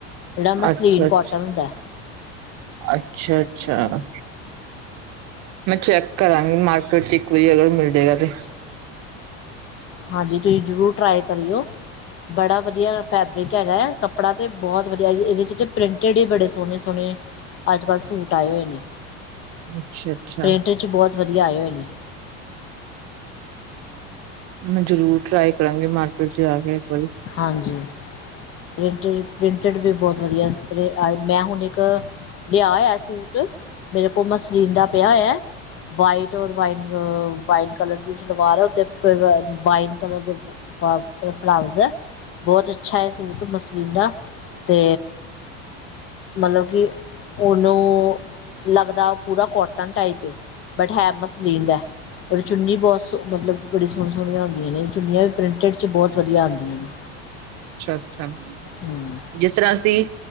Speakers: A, on the left; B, on the right.
A: ਜਿਹੜਾ ਮਸਲੀਨ
B: ਅੱਛਾ
A: ਕੋਟਨ
B: ਅੱਛਾ
A: ਹੁੰਦਾ
B: ਅੱਛਾ ਅੱਛਾ। ਮੈਂ ਚੈੱਕ ਕਰਾਂਗੀ ਮਾਰਕੀਟ ਚ ਇੱਕ ਵਾਰੀ ਅਗਰ ਮਿਲ ਜਾਏਗਾ ਤੇ
A: ਹਾਂਜੀ ਤੁਸੀਂ ਜ਼ਰੂਰ ਟਰਾਈ ਕਰੀਓ ਬੜਾ ਵਧੀਆ ਫੈਬਰਿਕ ਹੈਗਾ ਆ ਕੱਪੜਾ ਤਾਂ ਬਹੁਤ ਵਧੀਆ ਇਹਦੇ 'ਚ ਤਾਂ ਪ੍ਰਿੰਟਡ ਹੀ ਬੜੇ ਸੋਹਣੇ ਸੋਹਣੇ ਅੱਜ ਕੱਲ੍ਹ ਸੂਟ ਆਏ ਹੋਏ ਨੇ।
B: ਅੱਛਾ ਅੱਛਾ।
A: ਪ੍ਰਿੰਟ ਚ ਬਹੁਤ ਵਧੀਆ ਆਏ ਹੋਏ ਨੇ
B: ਮੈਂ ਜਰੂਰ ਟਰਾਈ ਕਰਾਂਗੀ ਮਾਰਕੀਟ ਚ ਜਾ ਕੇ ਵਾਰੀ।
A: ਹਾਂਜੀ। ਟ ਪ੍ਰਿੰਟਡ ਵੀ ਬਹੁਤ ਵਧੀਆ ਮੈਂ ਹੁਣ ਇੱਕ ਲਿਆ ਹੋਇਆ ਸੂਟ ਮੇਰੇ ਕੋਲ ਮਸਲੀਨ ਦਾ ਪਿਆ ਹੋਇਆ ਵਾਈਟ ਰ ਵ ਵਾਈਨ ਕਲਰ ਦੀ ਸਲਵਾਰ ਵਾਈਨ ਕਲਰ ਦੇ ਫਲਾਜ਼ ਹੈ। ਬਹੁਤ ਅੱਛਾ ਹੈ ਸੂਟ ਮਸ ਤੇ ਮਤਲਬ ਕਿ ਉਹਨੂੰ ਲੱਗਦਾ ਪੂਰਾ ਕੋਟ ਟਾਈਪ ਏ ਬਟ ਹੈ ਮਸਲੀਨ ਦਾ ਉਹਦੀ ਚੁੰਨੀ ਬਹੁਤ ਸੋ ਮਤਲਬ ਬੜੀ ਸੋਹਣੀ ਸੋਹਣੀਆਂ ਹੁੰਦੀਆਂ ਨੇ ਚੁੰਨੀਆਂ ਵੀ ਪ੍ਰਿੰਟਿਡ ਬਹੁਤ ਵਧੀਆ ਆਂਦੀਆਂ ਨੇ
B: ਅੱਛਾ ਅੱਛਾ
A: ਹਮ
B: ਜਿਸ ਤਰ੍ਹਾਂ ਅਸੀਂ